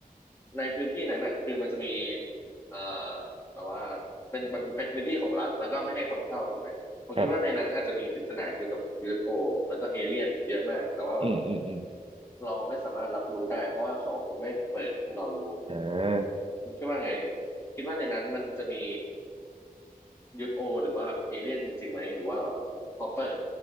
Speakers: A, on the left (about 15°); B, on the right (about 35°).
A: ในพื้นที่นั้นอ่ะคือมันจะมีเอ่อแบบว่าเป็นมันเป็นพื้นที่ของรัฐแล้วก็ไม่ให้คนเข้าถูกไหมผมคิดว่าในนั้นอาจจะมีปริศนาเกี่ยวกับ
B: ครับ
A: UFO แล้วก็เอเลี่ยนเยอะมากแต่ว่าแบบ
B: อืมอืมอืม
A: เราไม่สามารถรับรู้ได้เพราะว่าเขาไม่เปิดให้เรารู้
B: อ่
A: อืมคุณคิดว่าไง
B: า
A: คิดว่าในนั้นมันจะมี UFO หรือว่าเอเลี่ยนจริงๆไหมหรือว่าแบบพอเปิด